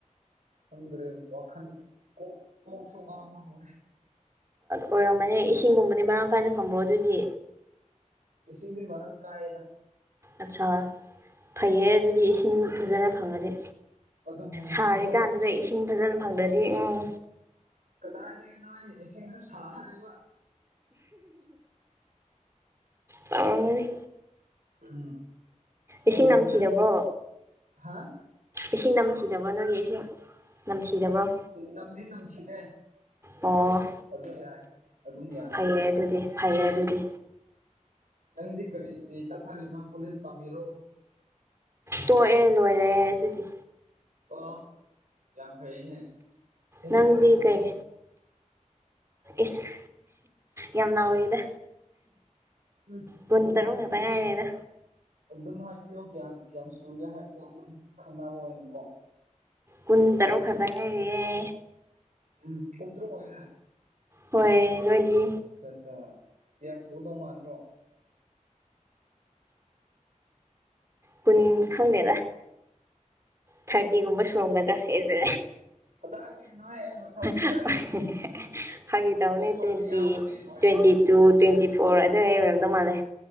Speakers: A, on the right; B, on the right.
A: ꯈꯡꯗ꯭ꯔꯦ ꯋꯥꯈꯟ ꯀ ꯀꯣꯛ ꯀꯣꯛꯁꯨ ꯉꯥꯑꯣꯕ ꯍꯧꯔꯦ
B: ꯑꯣꯏꯔꯝꯃꯅꯦ ꯏꯁꯤꯡꯒꯨꯝꯕꯗꯤ ꯃꯔꯥꯡ ꯀꯥꯏꯅ ꯐꯪꯕ꯭ꯔꯣ ꯑꯗꯨꯑꯣꯏꯗꯤ
A: ꯏꯁꯤꯡꯗꯤ ꯃꯔꯥꯡ ꯀꯥꯏꯌꯦꯗ
B: ꯑꯠꯁꯥ ꯐꯩꯌꯦ ꯑꯗꯨꯗꯤ ꯏꯁꯤꯡ ꯐꯖꯅ ꯐꯪꯉꯗꯤ
A: ꯑꯗꯨꯕꯨ ꯏꯁꯤꯡꯁꯨ
B: ꯁꯥꯔꯤ ꯀꯥꯟꯗꯨꯗ ꯏꯁꯤꯡ ꯐꯖꯅ ꯐꯪꯗ꯭ꯔꯗꯤ ꯎꯝ
A: ꯀꯗꯥꯏꯗꯒꯤꯅꯣꯍꯦ ꯏꯁꯤꯡꯁꯨ ꯁꯥꯔꯤꯕ
B: ꯇꯧꯔꯝꯒꯅꯤ
A: ꯎꯝ
B: ꯏꯁꯤꯡ
A: ꯑ
B: ꯅꯝꯊꯔꯕꯣ
A: ꯅꯪ ꯍꯥ
B: ꯏꯁꯤꯡ ꯅꯝꯊꯤꯔꯕꯣ ꯅꯣꯏꯒꯤ ꯏꯁꯤꯡ ꯅꯝ ꯊꯤꯗꯔꯕ꯭ꯔꯣ
A: ꯅꯝꯗꯤ ꯅꯝꯁꯤꯗ꯭ꯔꯦ
B: ꯑꯣ
A: ꯑꯗꯨꯗꯣ ꯌꯥꯏ ꯑꯗꯨꯝ ꯌꯥꯏ
B: ꯐꯩꯌꯦ ꯑꯗꯨꯗꯤ ꯐꯩꯌꯦ ꯑꯗꯨꯗꯤ
A: ꯅꯪꯗꯤ ꯀꯔꯤ ꯀꯔꯤ ꯆꯠꯊꯔꯤꯕ ꯀꯣꯂꯦꯖ ꯇꯝꯕꯤꯔꯣ
B: ꯇꯣꯛꯑꯦ ꯂꯣꯏꯔꯦ ꯑꯗꯨꯗꯤ
A: ꯑ ꯌꯥꯝ ꯐꯩꯅꯦ ꯆꯍꯤ
B: ꯅꯪꯗꯤ
A: ꯀꯌꯥ ꯁꯨꯔꯒꯦ
B: ꯀꯩ ꯏꯁ ꯌꯥꯝ ꯅꯥꯔꯦꯗ
A: ꯎꯝ
B: ꯀꯨꯟ
A: ꯑꯗꯨꯝ
B: ꯇꯔꯨꯛ
A: ꯍꯥꯏꯕꯤꯌꯨꯅꯦ
B: ꯈꯛꯇ ꯉꯥꯏꯉꯗ
A: ꯑꯗꯨꯝ ꯍꯥꯏꯕꯤꯌꯨ ꯀꯌꯥ ꯀꯌꯥꯝ ꯁꯨꯔꯒꯦ ꯍꯥꯏꯕꯗꯣ ꯑꯗꯨꯝ ꯈꯪꯅꯕ ꯑꯣꯏꯅꯅꯣꯀꯣ
B: ꯀꯨꯟ ꯇꯔꯨꯛ ꯈꯛꯇꯪ ꯉꯔꯤꯑꯦ
A: ꯎꯝ ꯀꯨꯟꯇ꯭ꯔꯣ ꯑꯣꯏꯅ
B: ꯍꯣꯏ ꯅꯣꯏꯗꯤ
A: ꯑꯆꯥ ꯑꯆꯥ ꯑꯥꯡꯁꯨꯒꯗꯣꯡꯃꯅ ꯔꯣ
B: ꯀꯨꯟ ꯈꯪꯗꯦꯗ ꯊꯥꯔꯇꯤꯒꯨꯝꯕ ꯁꯨꯔꯝꯒꯗ꯭ꯔꯥ ꯑꯦꯖ
A: ꯀꯗꯥꯏꯗꯒꯤꯅꯣꯍꯦ ꯑꯩꯕꯨ ꯊꯥꯔꯇꯤ
B: <unintelligible>
A: ꯍꯥꯏꯌꯦ
B: ꯐꯥꯒꯤꯦ ꯇꯧꯅꯦ
A: ꯑꯩ ꯊꯥꯔꯇꯤ
B: ꯇ꯭ꯋꯦꯟꯇꯤ
A: ꯌꯥꯎꯔꯗꯤ ꯂꯣꯏꯔꯦꯍꯦ
B: ꯇ꯭ꯋꯦꯟꯇꯤ ꯇꯨ ꯇ꯭ꯋꯦꯟꯇꯤ ꯐꯣꯔ ꯑꯗꯨ ꯑꯩ ꯑꯣꯏꯔꯝꯗꯧ ꯃꯥꯜꯂꯦ